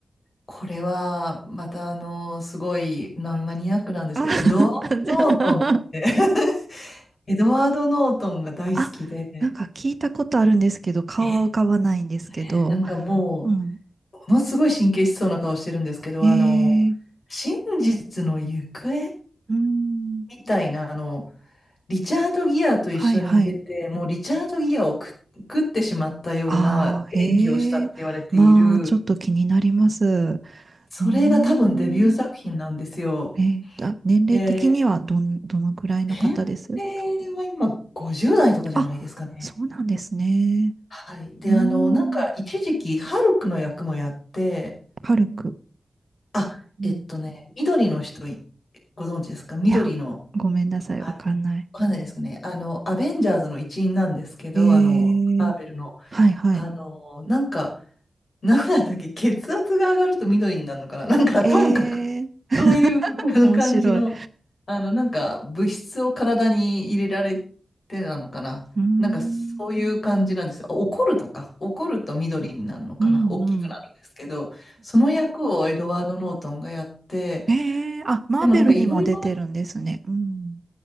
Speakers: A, on the left; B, on the right.
A: これは、またあの、すごいなマニアックなんですけど、
B: あ、<laughs>
A: エドワード・
B: じゃあ、
A: ノートンって
B: <laughs>
A: <laughs> エドワード・ノートンが大好きで、
B: あ、なんか聞いたことあるんですけど、顔は浮かばないんですけど、
A: えーねなんかも
B: うん。
A: う、ものすごい神経質そうな顔してるんですけど、
B: えー、
A: あの、真実の行方
B: うーん。
A: みたいな、あの、リチャード・ギアと一緒に出て、
B: はいはい。
A: もうリチャード・ギアを食食ってしまったような演技をしたって言われている、
B: ああ、へえ。まあ、ちょっと気になります。う
A: それが多分デビュー作品なんですよ。
B: ーん。えー、あ、年齢的にはどん、
A: で、
B: どのくらいの方です
A: 年齢は今50代とかじゃないですかね。
B: あ、そうなんですね。
A: はい。で、
B: うーん。
A: あの、なんか一時期、ハルクの役もやって、
B: 軽く。
A: あ、
B: うん。
A: えっとね、緑の人い、ご存知ですか緑の、
B: いや、ごめんなさい。
A: あの、
B: わかんない。
A: わかんないですかね。あの、アベンジャーズの一員なんですけど、
B: えー
A: あの、マーベルの、
B: はいはい。
A: あの、なんか、なんだったっけ血圧が上がると緑になるのかななんか、
B: えー
A: ともかく、そういう <laughs>
B: 面白い。
A: 感じの、
B: う
A: あの、なんか、物質を体に入れられてなのかななんか、
B: ーん。
A: そういう感じなんですよ。あ怒るとか、怒ると緑になるのかな大きくなるんですけど、
B: うんうん。
A: その役をエドワード・ノートンがやって、
B: ええ。あ、マーベルにも出てるんですね。
A: でもなんか、いろいろ、
B: うん。